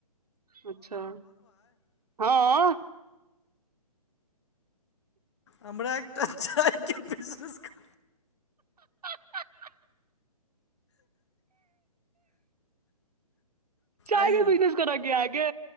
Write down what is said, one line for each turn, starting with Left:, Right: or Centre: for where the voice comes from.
Right: कुछो हँ।
Left: हमरा एकटा चाय के बिजनेस क
Right: <unintelligible> चाय
Left: आइयो
Right: के बिजनेस करै कऽ या आँहा के